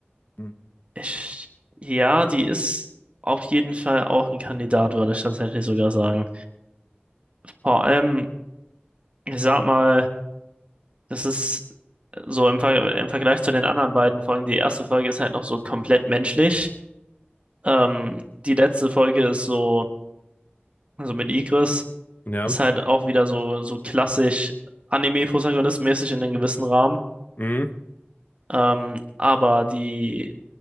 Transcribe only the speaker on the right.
Ich, ja, die ist auf jeden Fall auch ein Kandidat, würde ich tatsächlich sogar sagen. Vor allem, ich sag mal, das ist so im, Ver im Vergleich zu den anderen beiden Folgen, die erste Folge ist halt noch so komplett menschlich. Ähm, die letzte Folge ist so, also mit Igris,
ist halt auch wieder so, so klassisch Anime-Protagonist-mäßig in einem gewissen Rahmen.
Ähm, aber die,